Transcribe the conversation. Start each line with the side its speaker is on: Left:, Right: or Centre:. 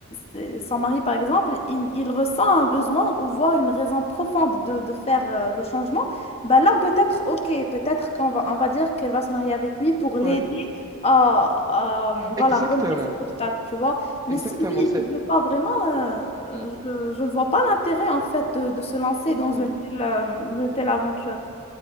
Left: c'est- son mari, par exemple, il, il ressent un besoin ou voit une raison profonde de, de faire euh, le changement, bah là, peut-être, ok, peut-être qu'on va, on va dire qu'elle va se marier avec lui pour l'aider
Right: ouais.
Left: à, à, voilà,
Right: Exactement.
Left: relever cet obstacle, tu vois. Mais
Right: Exactement.
Left: si lui,
Right: C'est...
Left: il ne veut pas vraiment, euh,
Right: Hmm,
Left: euh, je ne vois pas l'intérêt, en fait, de, de se lancer dans
Right: ouais.
Left: une telle, euh, une telle aventure.